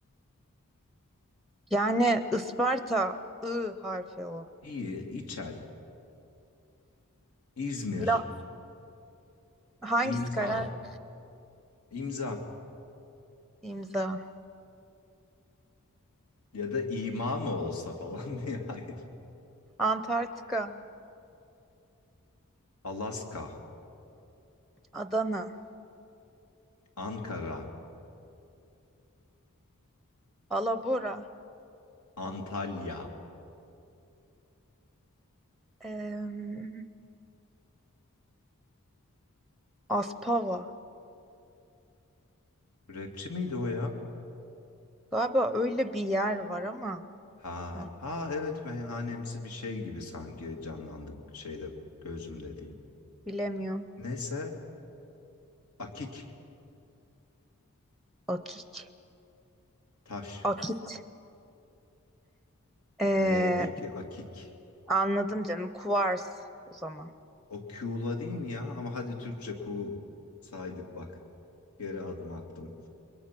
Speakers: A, in the centre; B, on the left.
A: Yani Isparta I harfi o.
B: iyi, İçel, İzmir,
A: La- Hangisi
B: imza,
A: karar? ver?
B: imza
A: İmza.
B: ya da ima mı olsa falan <laughs> diye. Hayır.
A: Antarktika.
B: Alaska,
A: Adana.
B: Ankara,
A: Alabora.
B: Antalya.
A: em, Aspava.
B: Rapçi miydi o ya?
A: Galiba öyle bir yer var ama
B: Ha,
A: ay,
B: ha evet meyhanemsi bir şey gibi sanki canlandı şeyde gözümde diyeyim.
A: bilemiyorum.
B: Neyse akik,
A: Akik.
B: taş.
A: Akit. Ee,
B: V değil ki akik.
A: Anladım canım. Kuvars o zaman.
B: O Q'la değil mi ya? Ama hadi Türkçe Q saydık bak. Geri adım attım.